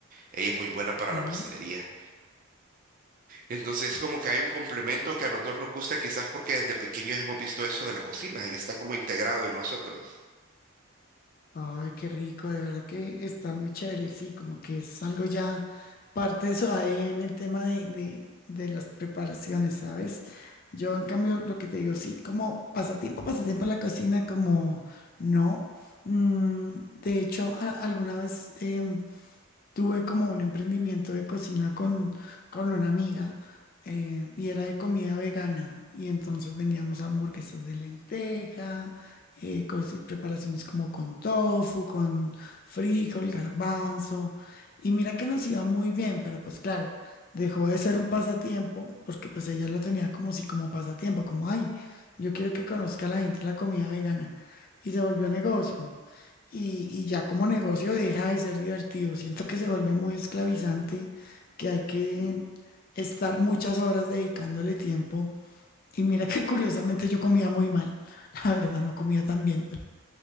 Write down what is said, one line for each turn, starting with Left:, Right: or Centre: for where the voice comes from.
Right: Ella es muy buena para
Left: Mm.
Right: la pastelería. Entonces es como que hay un complemento que a los dos nos gusta, quizás porque desde pequeños hemos visto eso de la cocina y está como integrado en nosotros.
Left: Ay, qué rico, de verdad que está muy chévere, sí, como que es algo ya parte de eso ahí en el tema de, de, de las preparaciones, ¿sabes? Yo, en cambio, lo que te digo, sí, como pasatiempo, pasatiempo a la cocina, como no. Mm, de hecho, a- alguna vez em, tuve como un emprendimiento de cocina con, con una amiga eh, y era de comida vegana y entonces vendíamos hamburguesas de lenteja, eh, cosi- preparaciones como con tofu, con frijol, garbanzo y mira que nos iba muy bien, pero pues claro, dejó de ser un pasatiempo porque pues ella lo tenía como si como pasatiempo, como ay, yo quiero que conozca la gente la comida vegana y se volvió negocio y, y ya como negocio deja de ser divertido. Siento que se vuelve muy esclavizante, que hay que estar muchas horas dedicándole tiempo. Y mira que curiosamente yo comía muy mal, <laughs> la verdad, no comía tan bien.